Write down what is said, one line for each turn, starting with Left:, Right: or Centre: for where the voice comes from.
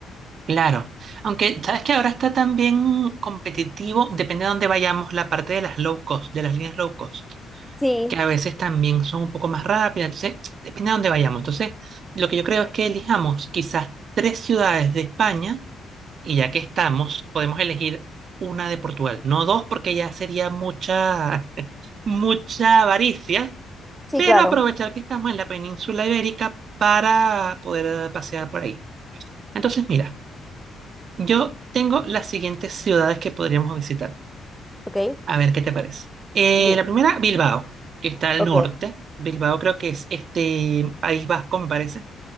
Right: Claro, aunque sabes que ahora está también competitivo, depende de dónde vayamos, la parte de las low cost, de las líneas low cost,
Centre: Sí,
Right: que a veces también son un poco más rápidas, entonces <tsk> depende de dónde vayamos. Entonces, lo que yo creo es que elijamos quizás tres ciudades de España y ya que estamos, podemos elegir una de Portugal, no dos porque ya sería mucha, <laughs> mucha avaricia,
Centre: sí,
Right: pero
Centre: claro.
Right: aprovechar que estamos en la península ibérica para poder pasear por ahí. Entonces, mira. Yo tengo las siguientes ciudades que podríamos visitar.
Centre: Ok,
Right: A ver qué te parece. Eh,
Centre: dime.
Right: la primera, Bilbao, que está al
Centre: Ok,
Right: norte. Bilbao creo que es este País Vasco, me parece.